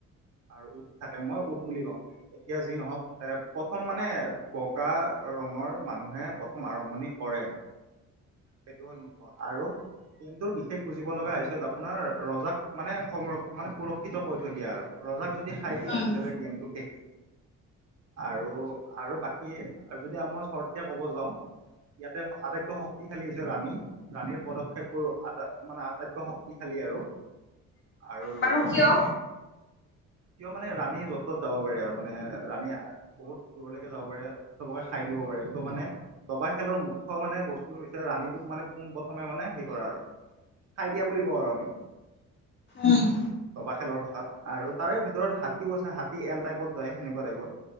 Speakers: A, on the right; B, on the left.
A: আৰু উট থাকে মই উট বুলি কওঁ এতিয়া যি নহওক এ প্ৰথম মানে বগা ৰঙৰ মানুহে প্ৰথ আৰম্ভণি কৰে। সেইটো হ'ল মুখ্য আৰু গেমটোৰ বিশেষ বুজিব লগা আহিছে ত আপোনাৰ ৰজাক মানে সংৰক্ষ মানে সুৰক্ষিত কৰি থৈ দিয়া আৰু ৰজাক যদি খাই দিয়ে
B: উম
A: তেতিয়ালে গেমটো শেষ আৰু আৰু বাকী আৰু যদি আৰু মই চৰ্টকে ক'ব যাওঁ ইয়াতে অ আটাইতকৈ শক শক্তিশালী হৈছে ৰাণী ৰাণীৰ পদক্ষেপবোৰ আটা মানে আটাইতকৈ শক্তিশালী আৰু আৰু
B: বাৰু
A: লগতে
B: কিয়
A: কিয় মানে ৰাণী য'ত ত'ত যাব পাৰে আৰু মানে ৰাণী বহুত দূৰলৈকে যাব পাৰে চবকে খাই দিব কব ত মানে দবা খেলৰ মুখ্য মানে বস্তু হৈছে ৰাণীটোক মানে পোন প্ৰথমে মানে হেৰি কৰা আৰু খাই দিয়া বুলি কওঁ আৰু আমি
B: উম হু
A: দবা খেলৰ ভাষাত আৰু তাৰে ভিতৰত হাতীও আছে হাতী এল টাইপত যায় সেনেকুৱা টাইপৰ